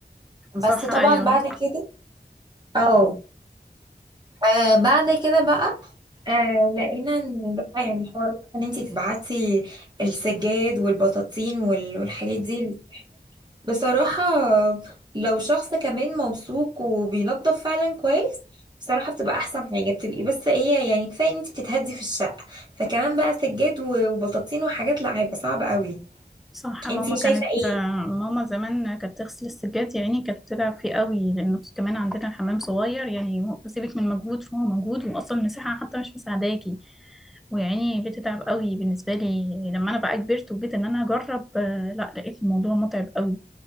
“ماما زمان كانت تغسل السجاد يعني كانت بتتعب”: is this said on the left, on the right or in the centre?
Centre